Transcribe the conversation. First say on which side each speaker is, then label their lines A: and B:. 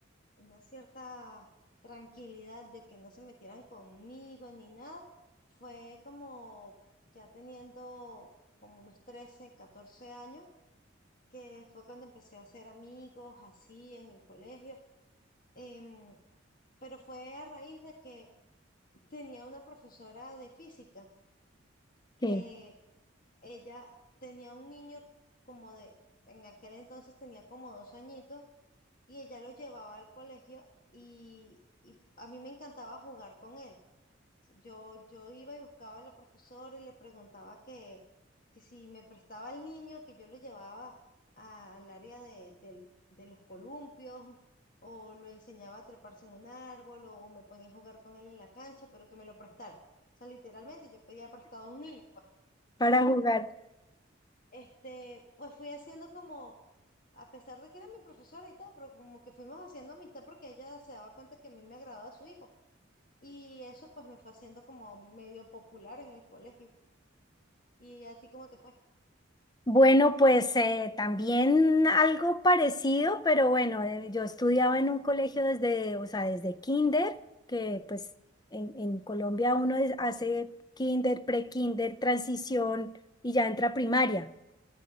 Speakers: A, on the left; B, on the left.
A: una cierta tranquilidad de que no se metieran conmigo ni nada. Fue como ya teniendo como unos 13, 14 años, que fue cuando empecé a hacer amigos así en el colegio. Em, pero fue a raíz de que tenía una profesora de física que
B: sí,
A: Ella tenía un niño como de, en aquel entonces tenía como dos añitos y ella lo llevaba al colegio y, y a mí me encantaba jugar con él. Yo, yo iba y buscaba a la profesora y le preguntaba que, que si me prestaba el niño, que yo lo llevaba a- al área de, del- de los columpios o lo enseñaba a treparse en un árbol o, o me ponía a jugar con él en la cancha, pero que me lo prestara. O sea, literalmente yo pedía prestado a un niño. pues, Sí
B: para jugar.
A: este, pues fui haciendo como, a pesar de que era mi profesora y todo, pero como que fuimos haciendo amistad porque ella se daba cuenta que a mí me agradaba su hijo. Y eso pues me fue haciendo como medio popular en el colegio. ¿Y a ti cómo te fue?
B: Bueno, pues eh, también algo parecido, pero bueno, eh, yo estudiaba en un colegio desde, o sea, desde kinder, que pues en, en Colombia uno es- hace kinder, pre-kinder, transición y ya entra a primaria.